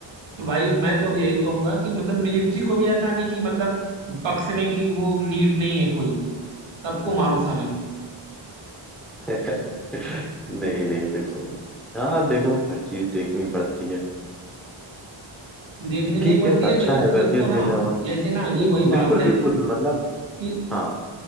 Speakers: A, on the right; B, in the centre.
A: तो भाई मैं तो अब यही कहूंगा कि मतलब मिलिट्री को भी ऐसा नहीं कि मतलब बख्शने की वो नीड नहीं है कोई सबको मारो साले
B: <laughs> नहीं नहीं बिल्कुल हाँ देखो हर चीज देखनी पड़ती है
A: देखनी नहीं
B: ठीक
A: पड़ती
B: है अच्छा
A: है देखो
B: है वैसे
A: इनको ना
B: मेरा मत-
A: जैसे ना ये
B: नहीं
A: वही
B: नहीं,
A: बात
B: बिल्कुल
A: है
B: बिल्कुल मतलब
A: कि
B: हाँ